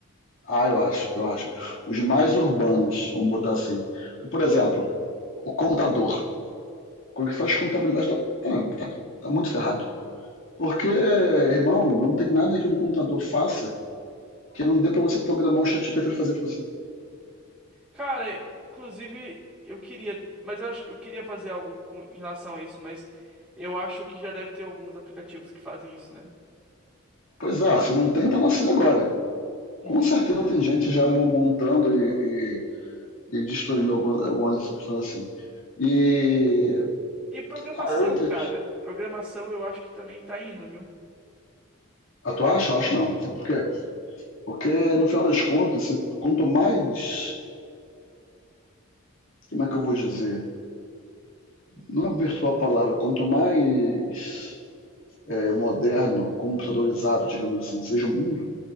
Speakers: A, on the left; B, in the centre.
A: Ah, eu acho, eu acho. Os mais urbanos, vamos botar assim. Por exemplo, o contador. Quando ele faz contabilidade, tá, tá- tá- tá muito ferrado. Porque, irmão, não tem nada que um contador faça que não dê pra você programar o ChatGPT pra fazer pra você.
B: Cara, inclusive, eu queria, mas eu acho que eu queria fazer algo com- em relação a isso, mas eu acho que já deve ter alguns aplicativos que fazem isso, né?
A: Pois é, se não tem, tá nascendo agora.
B: Uhum.
A: Com certeza tem gente já mo- montando e, e, e destruindo alguma- algumas funções assim. E
B: E programação,
A: há outras.
B: cara. Programação eu acho que também tá indo, viu?
A: Ah, tu acha? Eu acho não. Sabe por quê? Porque, no final das contas, você- quanto mais como é que eu vou dizer? Não é virtual a palavra, quanto mais é, moderno, computadorizado, digamos assim, seja o mundo,